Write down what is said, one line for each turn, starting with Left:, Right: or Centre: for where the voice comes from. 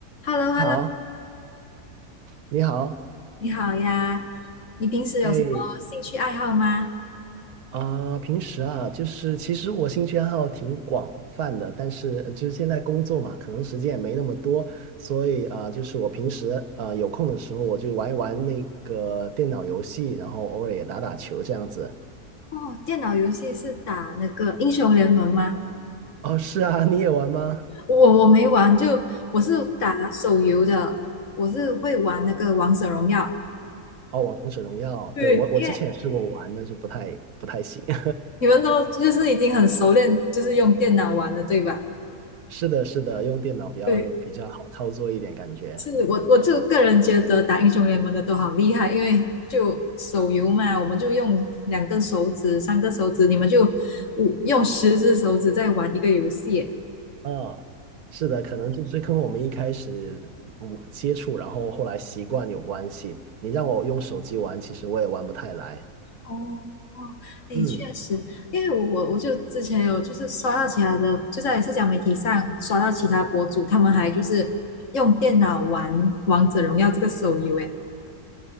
Left: h e l l o h
Right: 好，
Left: e l l o
Right: 你好，
Left: 你好呀。你平时有什么兴趣爱好吗？
Right: 哎，啊、平时啊，就是其实我兴趣爱好挺广泛的，但是呃就是现在工作嘛，可能时间也没那么多，所以啊、就是我平时啊、有空的时候，我就玩一玩那个电脑游戏，然后偶尔也打打球这样子。
Left: 哦，电脑游戏是打那个英雄联盟吗？
Right: 哦，是啊，你也玩吗？
Left: 我我没玩，就我是打手游的，我是会玩那个王者荣耀。
Right: 哦，王者荣耀，
Left: 对，
Right: 对，我我之前也试过玩，
Left: 因为
Right: 但是不太不太行。<laughs>
Left: 你们都就是已经很熟练，就是用电脑玩了，对吧？
Right: 是的，是的，用电脑比较比较好操作一点，
Left: 对。
Right: 感觉。
Left: 是我我就个人觉得打英雄联盟的都好厉害，因为就手游嘛，我们就用两根手指、三根手指，你们就五用十只手指在玩一个游戏
Right: 啊，是的，可能就是跟我们一开始嗯接触，然后后来习惯有关系。你让我用手机玩，其实我也玩不太来。
Left: 哦，哦，哎，
Right: 嗯，
Left: 确实，因为我我我就之前有就是刷到其他的，就在社交媒体上刷到其他博主，他们还就是用电脑玩《王者荣耀》这个手游，哎，